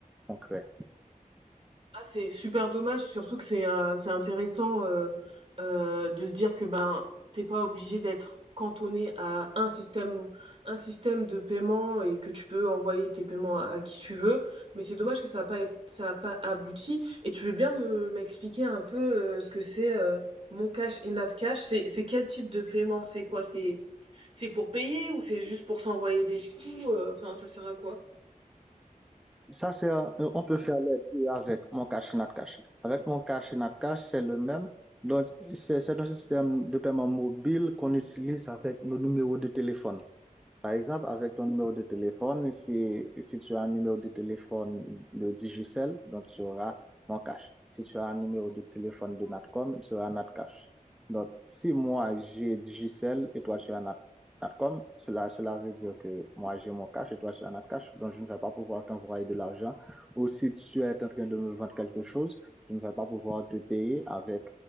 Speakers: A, in the centre; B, on the right.
A: concret.
B: Ah, c'est super dommage, surtout que c'est euh, c'est intéressant euh, euh, de se dire que ben t'es pas obligé d'être cantonné à un système un système de paiement et que tu peux envoyer tes paiements à, à qui tu veux. Mais c'est dommage que ça n'a pas été- ça a pas abouti. Et tu veux bien me m'expliquer un peu euh, ce que c'est euh, Mon Cash et Napcash? C'est c'est quel type de paiement? C'est quoi? C'est c'est pour payer ou c'est juste pour s'envoyer des sous? Euh, Enfin, ça sert à quoi?
A: Ça, c'est, un- euh, on peut faire les deux avec mon cash et Natcash. Avec mon cash et Natcash, c'est le même. Donc, c'est c'est un système de paiement mobile qu'on utilise avec nos numéros de téléphone. Par exemple, avec ton numéro de téléphone, si, si tu as un numéro de téléphone de Digicel, donc tu auras mon cash. Si tu as un numéro de téléphone de Natcom, tu auras Natcash. Donc, si moi j'ai Digicel et toi tu as Nat- Natcom, cela, cela veut dire que moi j'ai mon cash et toi tu as Natcash, donc je ne vais pas pouvoir t'envoyer de l'argent. Ou si tu es en train de me vendre quelque chose, je ne vais pas pouvoir te payer avec